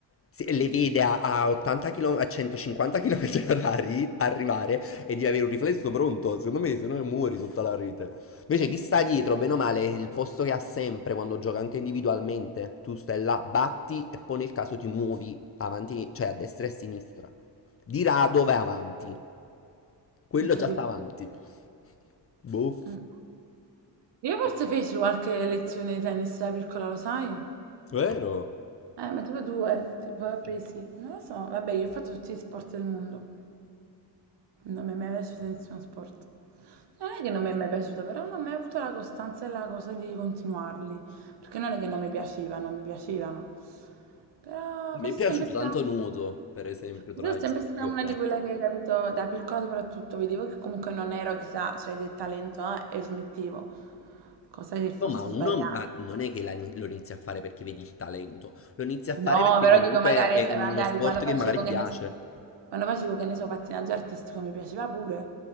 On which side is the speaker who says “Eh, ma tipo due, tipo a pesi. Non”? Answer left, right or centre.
Right